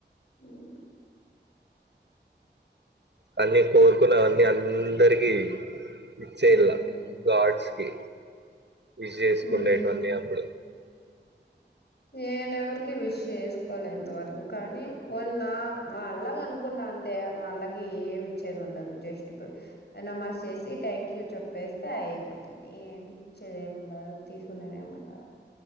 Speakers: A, on the left (about 60°); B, on the right (about 70°).
A: మ్
B: అన్నీ కోరుకున్నావన్నీ అన్ దరికి ఇచ్చ
A: మ్మ్
B: ఇల్లా గాడ్స్కి ఇజేష్కుండేటువన్ని
A: మ్మ్
B: అప్పుడు
A: నేనెవరికి విష్ చేసుకోలే ఇంతవరకు కానీ వాన్ నా మాల్లాగను కున్నా అంతే మళ్ళగీ ఏమిచ్చేదుండదు జస్ట్ తొ అ నమాజ్ చేసి థ్యాంక్ యూ చెప్పేస్తే అయిపోత్ తుంది ఏమి ఇచ్చేదేముండదు తీసుకునేదేముండదు